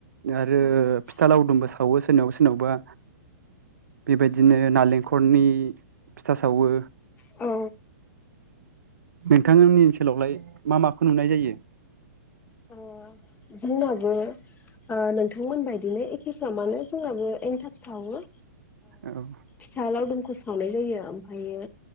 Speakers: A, on the right; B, on the left.
A: आरो
B: औ
A: फिथा लावदुमबो सावो सोरनावबा सोरनावबा बेबायदिनो नालेंखलनि फिथा सावो।
B: औ
A: नोंथांनि ओनसोलावलाय मा माखौ नुनाय जायो?
B: अ जोंनावबो नोंथांमोनबायदिनो एखेफ्रा मानो जोंहाबो एनथाब सावो।
A: औ
B: फिथा लावदुमखौ सावनाय जायो। ओमफ्रायो